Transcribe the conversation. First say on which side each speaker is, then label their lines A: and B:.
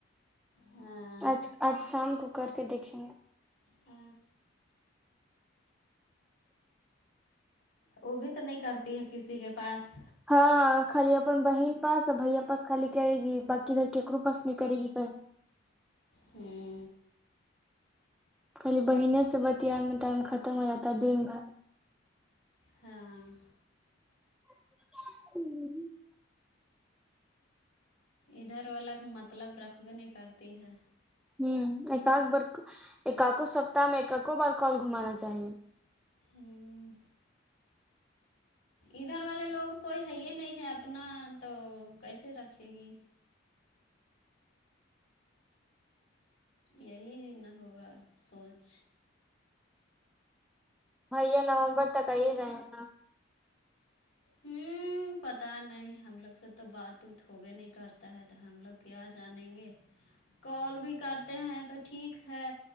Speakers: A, on the left; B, in the centre.
A: ہاں
B: آج آج شام کو کر کے دیکھیں گے
A: ہ وہ بھی تو نہیں کرتی ہے کسی کے پاس
B: ہاں خالی اپن بہن پاس بھیا پاس خالی کرے گی بقی ادھر کیکرو پس نہیں کرے گی ک
A: ہوں
B: خالی بہنے سے بتیا ٹائم ختم ہو جاتا ہے دن بھر
A: ہاں
B: ہوں
A: ادھر وال الگ مطلب رکھبے نہیں کرتی ہے
B: ہوں ایک بار ایک کوو سپتح میں ایک کو بار کال گھمانا چاہیے
A: ہوں ادھر والے لوگ کوئی ہے یہ نہیں ہے اپنا تو کیسے رکھے گی یہی نہ ہوگا سوچ
B: بھیا نومبر تک آئیے جائیں گے نا
A: ہوں پتا نہیں ہم لوگ سے تو بات وت ہوبے نہیں کرتا ہے تو ہم لوگ کیا جانیں گے کال بھی کرتے ہیں تو ٹھیک ہے